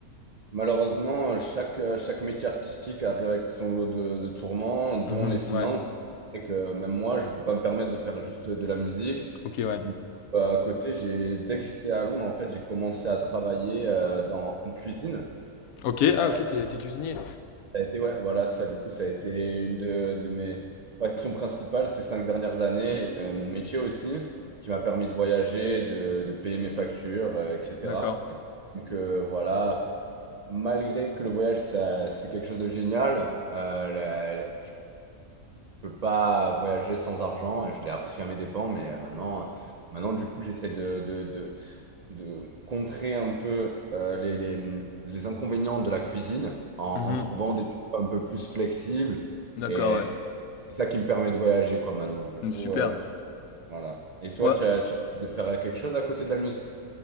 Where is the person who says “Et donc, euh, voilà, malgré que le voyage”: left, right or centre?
Right